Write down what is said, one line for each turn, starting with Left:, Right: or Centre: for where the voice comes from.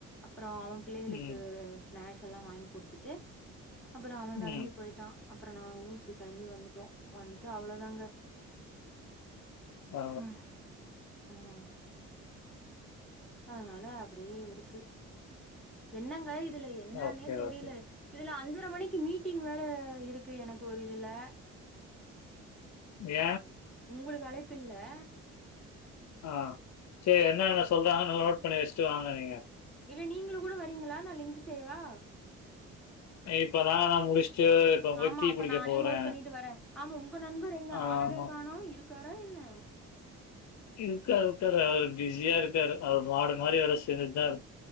Centre: அப்புறோ அவே பிள்ளைகளுக்கு
Left: ம்,
Centre: ஸ்னாக்ஸ் எல்லா வாங்கி் கொடுத்துட்டு அப்புறம் அவே கெளம்பி
Left: ம்.
Centre: போயிட்டா அப்புறோ நாங்களு இப்டி கெளம்பி வந்துட்டோ வந்துட்டு அவ்ளோதாங்க
Left: ஆ
Centre: ம். ம். அதனால ஆ அப்டே இருக்கு என்னாங்க இ துல என்னானே
Left: ஓகே,
Centre: தெரிலா
Left: ஓகே.
Centre: இதுல அஞ்சு பத்தர மணிக்கு மீட்டிங் வேற இருக்கு எனக்கு ஒரு இதுலா
Left: ஏ
Centre: உங்குளுக்கு அழைப்பில்லே
Left: ஆ சேரி என்னானா சொல்றா நோட் பண்ணி வெச்சுட்டு வாங்க நீங்க
Centre: இல்ல நீங்களு கூட வரீங்களா நா லிங்க் சேவா
Left: இப்பதான் நான் நான் முடிச்சுட்டு இப்ப போய்
Centre: ஆமா
Left: டீ
Centre: அப்ப
Left: குடிக்க
Centre: நானே
Left: போறேன்.
Centre: நோட் பண்ணிட்டு வரே ஆமா உங்க நண்பர் எங்க
Left: ஆமா.
Centre: ஆளவே காணோ இரு காரா யென்ன
Left: இர்க்கார் இர்க்காரு அவுரு பிஸியா இர்க்காரு அவுரு மாடு மாரி வேல செஞ்சிட்தா இ